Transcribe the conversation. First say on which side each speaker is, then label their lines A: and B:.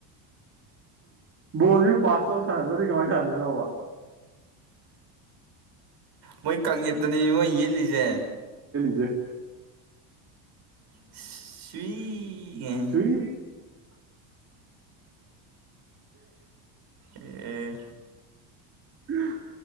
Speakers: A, on the right; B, on the right.
A: ꯕꯣꯗꯤꯨ ꯄꯥꯁ ꯇꯧ ꯁꯥꯟꯅꯗ꯭ꯔꯗꯤ ꯀꯃꯥꯏꯅ ꯁꯥꯟꯅꯗꯣꯏꯅꯣꯕ
B: ꯃꯣꯏ ꯀꯪꯉꯠꯇꯅꯦ ꯃꯣꯏ ꯌꯦꯠꯂꯤꯁꯦ
A: ꯦ
B: ꯁ꯭ꯋꯤꯒꯦ
A: ꯁꯨꯏ
B: <inaudible> ꯑꯦ
A: ꯎ